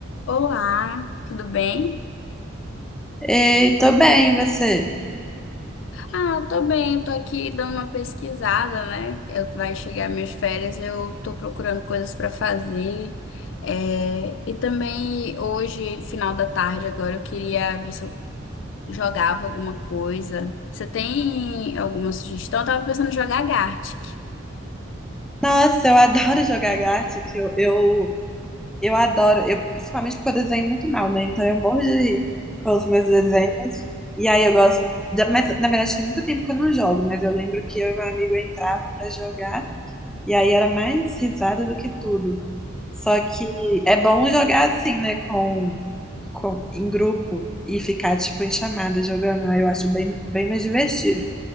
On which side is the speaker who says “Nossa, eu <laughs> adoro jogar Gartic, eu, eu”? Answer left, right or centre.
Centre